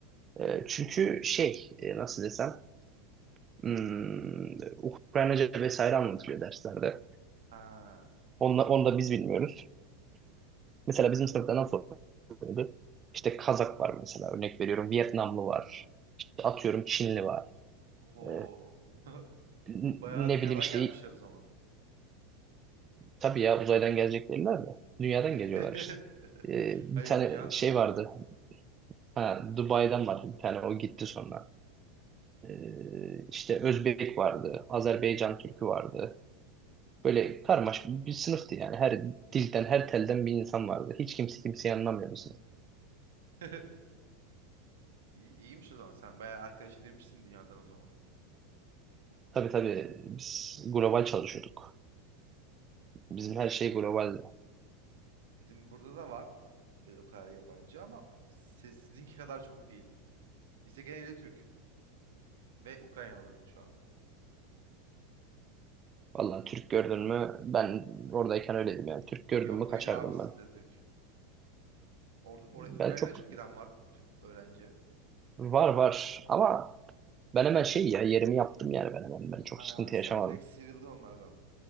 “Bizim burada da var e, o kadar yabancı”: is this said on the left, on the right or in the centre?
Right